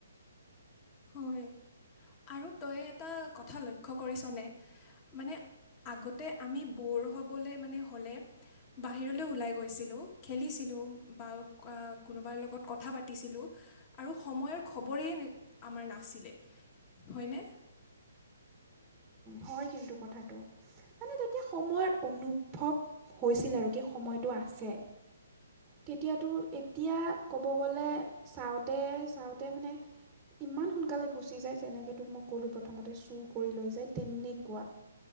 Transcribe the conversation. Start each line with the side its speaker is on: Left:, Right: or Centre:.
Left: হয় আৰু তই এটা কথা লক্ষ্য কৰিছনে মানে আগতে আমি ব'ৰ হ'বলৈ মানে হ'লে বাহিৰলৈ ওলাই গৈছিলোঁ খেলিছিলো। বা কোনোবাৰ লগত কথা পাতিছিলোঁ আৰু সময়ৰ খবৰেই আমাৰ নাছিলে হয়নে।
Right: হয় কিন্তু কথাটো মানে তেতিয়া সময়ৰ অনুভৱ হৈছিল আৰু কি সময়টো আছে। তেতিয়াতো এতিয়া ক'ব গ'লে চাওঁতে - চাওঁতে মানে ইমান সোনকালে গুচি যায় যেনেকে তোক মই ক'লো প্ৰথমতে চুৰ কৰি লৈ যায় তেনেকুৱা